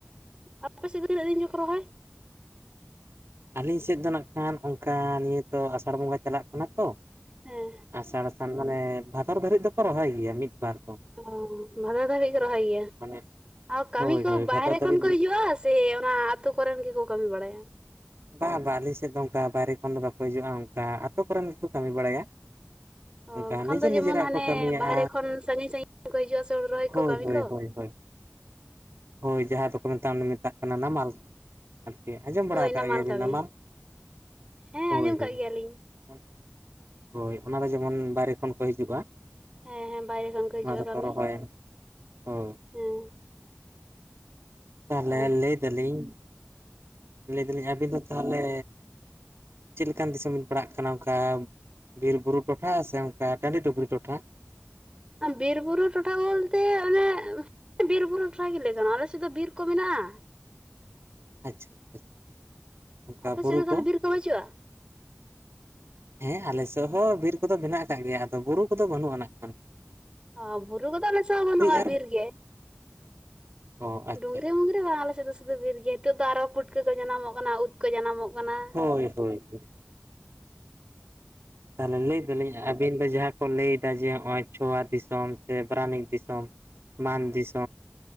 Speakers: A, on the right; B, on the right.
A: ᱟᱯᱮ ᱥᱮᱫ ᱫᱚ ᱛᱤᱱᱟᱹᱜ ᱫᱤᱱ ᱪᱚᱠᱚ ᱨᱚᱦᱚᱭ?
B: ᱟᱹᱞᱤᱧ ᱥᱮᱫ ᱫᱚ ᱱᱟᱸᱜᱠᱷᱟᱱ ᱚᱝᱠᱟ ᱱᱤᱭᱟᱹ ᱛᱚ ᱟᱥᱟᱲ ᱵᱚᱸᱜᱟ ᱪᱟᱞᱟᱜ ᱠᱟᱱᱟ ᱛᱚ,
A: ᱦᱮᱸ
B: ᱟᱥᱟᱲ ᱥᱟᱱ ᱢᱟᱱᱮ ᱵᱷᱟᱫᱚᱨ ᱫᱷᱟᱹᱨᱤᱡ ᱫᱚᱠᱚ ᱨᱚᱦᱚᱭ ᱜᱤᱭᱟ ᱢᱤᱫ ᱵᱟᱨ ᱫᱚ᱾
A: ᱚ ᱵᱷᱟᱫᱚᱨ ᱫᱷᱟᱹᱵᱤᱡ ᱠᱚ ᱨᱚᱦᱚᱭ ᱜᱤᱭᱟ
B: ᱢᱟᱱᱮ
A: ᱟᱨ ᱠᱟᱹᱢᱤ
B: ᱦᱳᱭ
A: ᱠᱚ
B: ᱦᱳᱭ
A: ᱵᱟᱦᱨᱮ
B: ᱵᱷᱟᱫᱚᱨ ᱫᱷᱟᱹᱨᱤᱡ
A: ᱠᱷᱚᱱ ᱠᱚ
B: ᱢᱤᱫ
A: ᱦᱤᱡᱩᱜ-ᱟ ᱥᱤ ᱚᱱᱟ ᱟᱹᱛᱩ ᱠᱚᱨᱮᱱ ᱜᱤᱠᱚ ᱠᱟᱹᱢᱤ ᱵᱟᱲᱟᱭᱟ?
B: ᱵᱟᱝ ᱵᱟᱝ ᱟᱹᱞᱤᱧ ᱥᱮᱫ ᱫᱚ ᱚᱱᱠᱟ ᱵᱟᱭᱨᱮ ᱠᱷᱚᱱ ᱫᱚ ᱵᱟᱠᱚ ᱦᱤᱡᱩᱜᱼᱟ ᱚᱱᱠᱟ ᱟᱹᱛᱳ ᱠᱚᱨᱮᱱ ᱜᱮᱠᱚ ᱠᱟᱹᱢᱤ ᱵᱟᱲᱟᱭᱟ,
A: ᱚ
B: ᱚᱱᱠᱟ
A: ᱵᱟᱠᱷᱟᱱ
B: ᱱᱤᱡᱮ
A: ᱫᱚ
B: ᱱᱤᱡᱮᱨᱟᱜ
A: ᱡᱮᱢᱚᱱ ᱦᱟᱸᱱᱮ
B: ᱠᱚ ᱠᱟᱹᱢᱤᱭᱟᱜᱼᱟ
A: ᱵᱟᱦᱨᱮ ᱠᱷᱚᱱ ᱥᱟᱺᱜᱤᱧ ᱥᱟᱺᱜᱤᱧ ᱠᱚ ᱦᱤᱡᱩᱜᱼᱟ ᱥᱮ ᱦᱳᱲᱳ ᱨᱚᱦᱚᱭ
B: ᱦᱳᱭ
A: ᱠᱚ ᱠᱟᱹᱢᱤ
B: ᱦᱳᱭ
A: ᱠᱚ
B: ᱦᱳᱭ ᱦᱳᱭ ᱡᱟᱦᱟᱸ ᱫᱚᱠᱚ ᱢᱮᱛᱟᱜ ᱢᱮᱛᱟᱜ ᱠᱟᱱᱟ ᱱᱟᱢᱟᱞ ᱟᱨᱠᱤ ᱟᱸᱡᱚᱢ
A: ᱦᱳᱭ
B: ᱵᱟᱲᱟ ᱠᱟᱜ ᱜᱮᱭᱟᱵᱤᱱ
A: ᱠᱟᱹᱢᱤ
B: ᱱᱟᱢᱟᱞ?
A: ᱦᱮᱸ ᱟᱸᱡᱚᱢ
B: ᱦᱳᱭ ᱦᱳᱭ᱾
A: ᱠᱟᱜ ᱜᱮᱭᱟᱞᱤᱧ
B: ᱦᱳᱭ ᱚᱱᱟ ᱫᱚ ᱡᱮᱢᱚᱱ ᱵᱟᱦᱨᱮ ᱠᱷᱚᱱ ᱠᱚ ᱦᱤᱡᱩᱜᱼᱟ,
A: ᱦᱮᱸ ᱦᱮᱸ ᱵᱟᱭᱨᱮ ᱠᱷᱚᱱ ᱠᱚ ᱦᱤᱡᱩᱜᱼᱟ
B: ᱚᱱᱟ ᱫᱚᱠᱚ
A: ᱠᱟᱹᱢᱤ
B: ᱨᱚᱦᱚᱭᱟ ᱦᱳᱭ
A: ᱦᱮᱸ᱾
B: ᱛᱟᱦᱚᱞᱮ
A: ᱚ
B: ᱞᱟᱹᱭ ᱫᱟᱞᱤᱧ ᱞᱟᱹᱭ ᱫᱟᱞᱤᱧ ᱟᱵᱤᱱ ᱫᱚ ᱛᱟᱦᱚᱞᱮ ᱪᱮᱫ ᱞᱮᱠᱟᱱ ᱫᱤᱥᱚᱢ ᱵᱤᱱ ᱯᱟᱲᱟᱜ ᱠᱟᱱᱟ ᱚᱝᱠᱟ ᱵᱤᱨ ᱵᱩᱨᱩ ᱴᱚᱴᱷᱟ ᱥᱮ ᱚᱱᱠᱟ ᱴᱟᱺᱰᱤ ᱴᱩᱯᱨᱤ ᱴᱚᱴᱷᱟ?
A: ᱵᱤᱨ ᱵᱩᱨᱩ ᱴᱚᱴᱷᱟ ᱵᱚᱞᱛᱮ ᱚᱱᱮ ᱵᱤᱨ-ᱵᱩᱨᱩ ᱴᱚᱴᱦᱟ ᱜᱮ ᱞᱟᱹᱭ ᱜᱟᱱᱚᱜ-ᱟ ᱟᱞᱮ ᱥᱮᱫ ᱫᱚ ᱵᱤᱨ ᱠᱚ ᱢᱮᱱᱟᱜᱼᱟ᱾
B: ᱟᱪᱪᱷᱟ ᱟᱪᱪᱷᱟ ᱚᱱᱠᱟ
A: ᱟᱯᱮ
B: ᱵᱩᱨᱩ
A: ᱥᱮᱫ ᱫᱚ ᱛᱟᱦᱚᱞᱮ
B: ᱠᱚ?
A: ᱵᱤᱨ ᱵᱟᱹᱪᱩᱜᱼᱟ?
B: ᱦᱮᱸ ᱟᱞᱮ ᱥᱮᱫ ᱦᱚᱸ ᱵᱤᱨ ᱠᱚᱫᱚ ᱢᱮᱱᱟᱜ ᱟᱠᱟᱫ ᱜᱮᱭᱟ, ᱟᱫᱚ ᱵᱩᱨᱩ ᱠᱚᱫᱚ ᱵᱟᱹᱱᱩᱜ ᱟᱱᱟᱜ ᱠᱷᱟᱱ ᱾
A: ᱚ ᱵᱩᱨᱩ ᱠᱚᱫᱚ ᱟᱞᱮ ᱥᱮᱫ ᱵᱟᱹᱱᱩᱜᱼᱟ
B: ᱟᱨ
A: ᱵᱤᱨ ᱜᱮ ᱾
B: ᱚ ᱟᱪᱪᱷᱟ
A: ᱰᱩᱝᱨᱤ
B: ᱟᱪᱪᱷᱟ
A: ᱢᱩᱝᱨᱤ ᱵᱟᱝ ᱟᱞᱮ ᱥᱩᱫᱷᱩ ᱵᱤᱨ ᱜᱮ, ᱱᱤᱛᱚᱜ ᱫᱚ ᱟᱨᱚ ᱯᱩᱴᱠᱟᱹ ᱠᱚ ᱡᱟᱱᱟᱢᱚᱜ ᱠᱟᱱᱟ ᱩᱫᱼᱼ ᱠᱟᱹ ᱡᱟᱱᱟᱢᱚᱜ ᱠᱟᱱᱟ ᱾
B: ᱦᱳᱭ ᱦᱳᱭ ᱦᱳᱭ᱾ ᱛᱟᱦᱞᱮ ᱞᱮᱼᱼ ᱞᱤᱧ ᱟᱹᱵᱤᱱ ᱫᱚ ᱡᱟᱦᱟᱸ ᱠᱚ ᱞᱟᱹᱭᱫᱟ ᱡᱮ ᱱᱚᱜᱼᱚᱭ ᱪᱷᱳᱣᱟ ᱫᱤᱥᱚᱢ, ᱥᱮ ᱯᱟᱨᱟᱱᱤᱠ ᱫᱤᱥᱚᱢ ᱾ ᱢᱟᱱ ᱫᱤᱥᱼᱼ